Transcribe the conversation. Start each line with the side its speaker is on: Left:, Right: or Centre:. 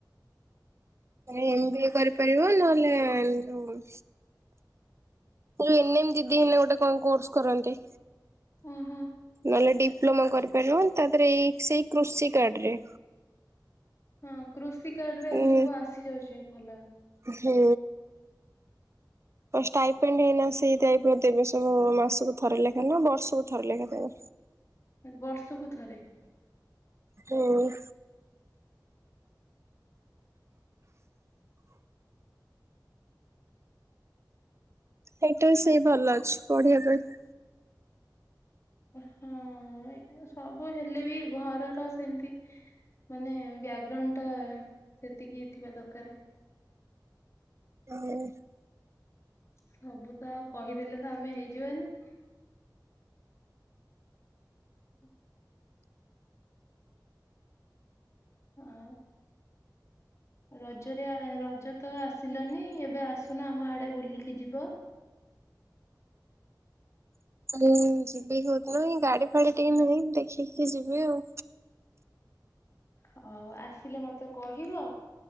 Right: ତମେ ଏମ ବି ଏ କରିପାରିବ ନହେଲେ ଯୋଉ ହେ ଯୋଉ ଏନଏମ ଦିଦି ହେଲେ ଗୋଟେ କଣ କୋର୍ସ କରନ୍ତି?
Left: ଓହୋ।
Right: ନହେଲେ ଡିପ୍ଲୋମା କରିପାରିବ ତା ଦେହରେ ଏଇକ୍ ସେଇକ୍ କୃଷି କାର୍ଡରେ।
Left: ହଁ କୃଷି କାର୍ଡ ରେ ଏବେ
Right: ଉଁ
Left: ସବୁ ଆସି ଯାଉଚି ଭଲ।
Right: ହୁଁ। କଣ ଷ୍ଟାଇପେଣ୍ଡ ହେଇନା ସେଇ ଦେବେ ଦେବେ ସବୁ ମାସକୁ ଥରେ ଲେଖା ନାଁ ବର୍ଷକୁ ଥରେ ଲେଖା ଦେବେ?
Left: ବର୍ଷକୁ ଥରେ।
Right: ହୁଁ। ହେଇଟା ବି ସେଇ ଭଲ ଅଛି ପଢ଼ିବା ପାଇଁ।
Left: ଏ ହଁ ଏ ସବୁ ହେଲେ ବି ଘରର ସେମତି ମାନେ ବ୍ୟାଗଗ୍ରାଉଣ୍ଡ ଟା ସେତିକି ଥିବା ଦରକାରେ।
Right: <inaudible>
Left: ସବୁ ତ ଆଉ କହିଦେଲେ ତ ଆମେ ହେଇଯିବାନି? ହୁଁ ହଁ ଆଉ ରଜରେ ରଜ ତ ଆସିଲନି ଏବେ ଆସୁନ ଆମ ଆଡେ ବୁଲିକି ଯିବ।
Right: ଉଁ ଯିବି ହଉନ ଏ ଗାଡି ଫାଡି ଟିକେ ନାହିଁ ଦେଖିକି ଯିବି ଆଉ।
Left: ହଉ ଆସିଲେ ମତେ କହିବ।